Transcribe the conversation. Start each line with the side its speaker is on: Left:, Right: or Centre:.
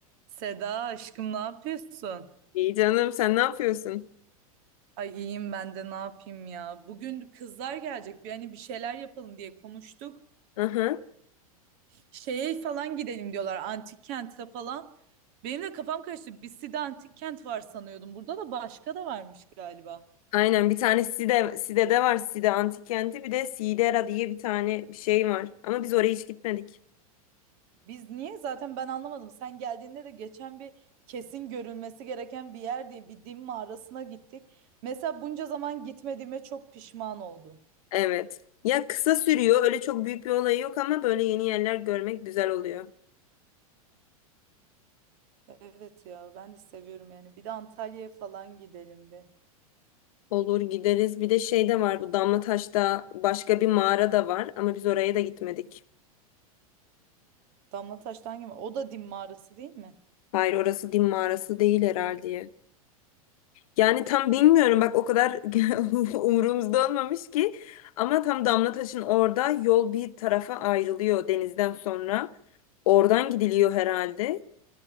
Right: Seda aşkım ne yapıyorsun?
Left: İyi canım sen ne yapıyorsun?
Right: Ay iyiyim ben de ne yapayım ya. Bugün kızlar gelecek bir hani bir şeyler yapalım diye konuştuk.
Left: Aha.
Right: Şeye falan gidelim diyorlar antik kente falan. Benim de kafam karıştı. Bissi'de antik kent var sanıyordum. Burada da başka da varmış galiba.
Left: Aynen bir tane Side, Side'de var. Side Antik Kenti bir de Sidera diye bir tane bir şey var. Ama biz oraya hiç gitmedik.
Right: Biz niye? Zaten ben anlamadım. Sen geldiğinde de geçen bir kesin görülmesi gereken bir yer diye bir din mağarasına gittik. Mesela bunca zaman gitmediğime çok pişman oldum.
Left: Evet. Ya kısa sürüyor. Öyle çok büyük bir olayı yok ama böyle yeni yerler görmek güzel oluyor.
Right: Evet ya ben de seviyorum yani. Bir de Antalya'ya falan gidelim bir.
Left: Olur gideriz. Bir de şey de var. Bu Damlataş'ta başka bir mağara da var. Ama biz oraya da gitmedik.
Right: Damlataş'tan gibi. O da Dim mağarası değil mi?
Left: Hayır orası din mağarası değil herhalde. Yani tam bilmiyorum bak o kadar <laughs> umurumuzda olmamış ki ama tam Damlataş'ın orada yol bir tarafa ayrılıyor denizden sonra. Oradan gidiliyor herhalde.